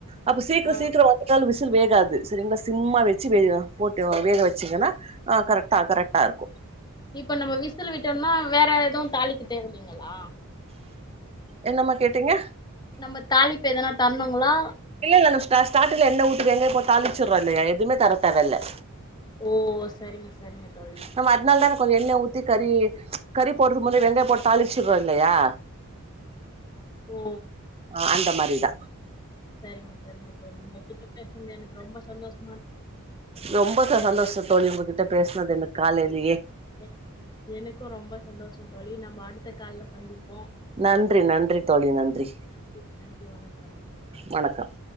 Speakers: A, on the right; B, on the left.
A: அப்ப சீக்கிர
B: ஆ
A: சீக்கிர வந்துட்டாலு விசி ல் வேகாது சரிங்ளா சிம்மா வச்சு விட போட்டு வேக வச்சு சிங்கனா கரெக்டா கரெக்டா இருக்கு
B: இப்ப நம்ம விசில் விட்டம்னா வேற எதுவு தாலிக்க தேவயில்ல லா
A: என்னம்மா கேட்டீங்க
B: நம்ம தாலிப்ப எதனா தரணுங்களா
A: இல்ல இல்ல நம் ஸ்ட் ஸ்டாட்டிங்ல எண்ணெ ஊத்தி வெங்காய போட்டு தாளிச்சுடுறோ இல்லையா எதுமே தர தேவையில்லை
B: ஓ சரிங்க சரிங்க தோழி
A: நம்ம அதனால தான கொஞ்ச எண்ணெய் ஊத்தி கறி கறி போடுறதுக்கு முன்ன வெங்காயம் போட்டு தாளிச்சர்றோ இல்லையா
B: ஓ
A: ஆஹ் அந்த மாரி ரிதா
B: சரிங்க சரிங்க தோழி உங்ககிட்ட பேசுனது எனக்கு ரொம்ப சந்தோஷம்
A: ரொம்ப ச சந்தோஷம் தோழி உங்க கிட்ட பேசுனது எனக்கு காலேலயே
B: எ எனக்கும் ரொம்ப சந்தோஷம் தோழி நம்ம அடுத்த கால்ல சந்திப்
A: நன்றி நன்றி தோழி நன்றி
B: நன்றி நன்றி வணக்கம்
A: வணக்கம்